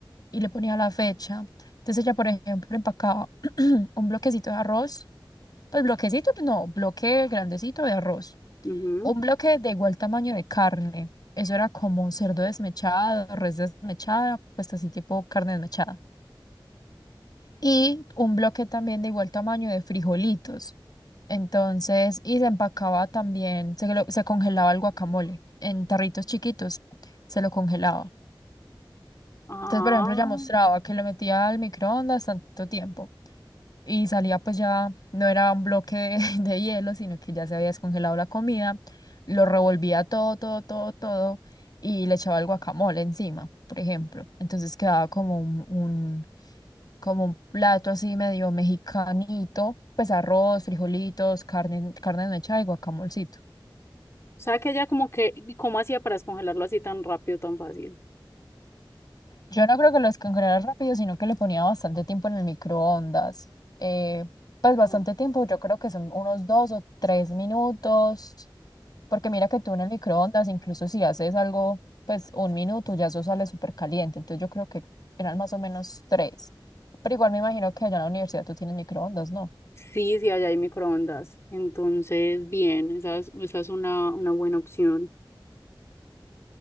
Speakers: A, on the left; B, on the left.
A: y le ponía la fecha. Entonces ella, por ejemplo, empacaba un un bloquecito de arroz, pues bloquecito, pues, no, bloque grandecito de arroz.
B: Ujú.
A: Un bloque de igual tamaño de carne. Eso era como cerdo desmechado, res desmechada, pues así tipo carne desmechada. Y un bloque también de igual tamaño de frijolitos. Entonces, y se empacaba también, se, lo- se congelaba el guacamole en tarritos chiquitos, se lo congelaba.
B: Ah,
A: Entonces, por ejemplo, ya mostraba
B: o
A: que lo metía al microondas tanto tiempo y salía pues ya, no era un bloque de, <laughs> de hielo, sino que ya se había descongelado la comida, lo revolvía todo, todo, todo, todo y le echaba el guacamole encima, por ejemplo. Entonces quedaba como un, un- como un plato así medio mexicanito, pues arroz, frijolitos, carne, carne mechada y guacamolcito.
B: sea que ella como que, ¿y ¿cómo hacía para descongelarlo así tan rápido, tan fácil?
A: Yo no creo que lo descongelara rápido, sino que le ponía bastante tiempo en el microondas. Eh, pues bastante
B: Ah,
A: tiempo, yo creo que son unos dos o tres minutos, porque mira que tú en el microondas, incluso si haces algo, pues un minuto, ya eso sale súper caliente. Entonces yo creo que eran más o menos tres. Pero igual me imagino que allá en la universidad tú tienes microondas, ¿no?
B: Sí, sí, allá hay microondas. Entonces, bien, esa es, esa es una, una buena opción.